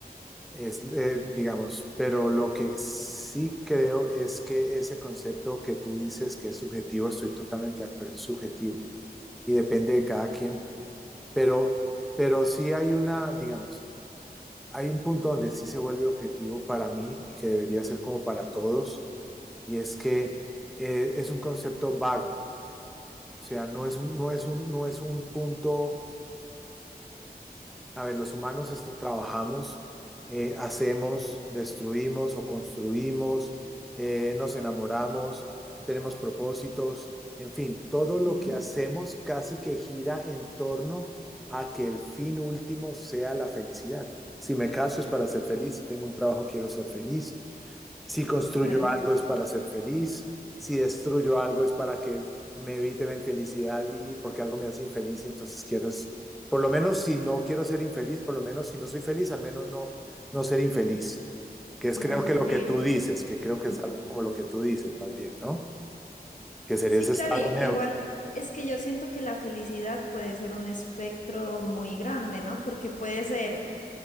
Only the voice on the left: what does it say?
Sí,
claro,
no
sufrir.
<laughs>
Ujú.
Sí,
claro,
y-
igual es que yo siento que la felicidad puede ser un espectro muy grande, ¿no? Porque puede ser,